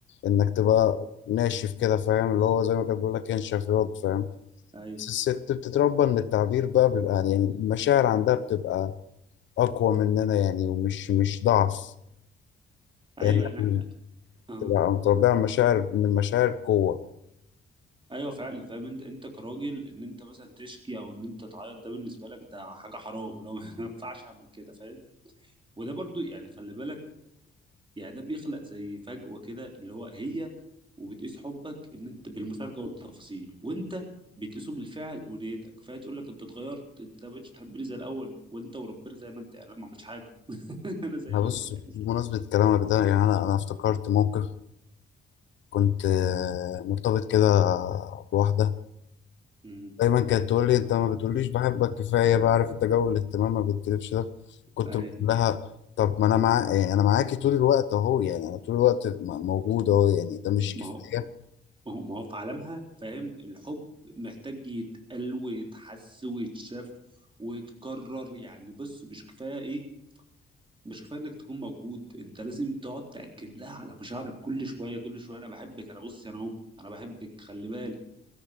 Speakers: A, on the left; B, on the right.
A: انك تبقى ناشف كده فاهم اللي هو زي ما كان بيقول لك انشف ياض فاهم
B: ايوه
A: الست بتتربى ان التعبير بقى بيبقى يعني المشاعر عندها بتبقى اقوى مننا يعني ومش مش ضعف
B: ايوه
A: يعني
B: يعني
A: إحنا
B: اه
A: بتبقى متربية على مشاعر ان المشاعر قوة
B: ايوه فعلا فاهم انت انت كراجل ان انت مثلا تشكي او ان انت تعيط ده بالنسبه لك ده حاجه حرام لو <laughs> ما ينفعش اعمل كده فاهم وده برضو يعني خلي بالك يعني ده بيخلق زي فجوه كده اللي هو هي وبتقيس حبك ان انت بالمشاركه والتفاصيل وانت بتقيسه بالفعل ونيتك فهي تقول لك انت اتغيرت انت ما بقتش تحبني زي الاول وانت وربنا زي ما انت يعني أنا ما عملتش حاجه <laughs> انا زي
A: انا
B: ما
A: بص
B: انا فاهم
A: بمناسبة كلامك ده يعني انا انا افتكرت موقف كنت آه، مرتبط كده بواحدة
B: مم.
A: دايما كانت تقول لي انت ما بتقوليش بحبك كفاية بعرف انت جو الاهتمام ما بتتلفش ده كنت
B: ايوه
A: بقول لها طب ما انا مع يعني انا معاكي طول الوقت اهو يعني انا طول الوقت م- موجود اهو يعني ده مش
B: ما
A: كفاية
B: هو ما هو ما هو في عالمها فاهم الحب محتاج يتقال ويتحس ويتشاف ويتكرر يعني بص مش كفاية ايه مش كفاية انك تكون موجود انت لازم تقعد تأكد لها على مشاعرك كل شوية كل شوية انا بحبك انا بص انا اهو انا بحبك خلي بالك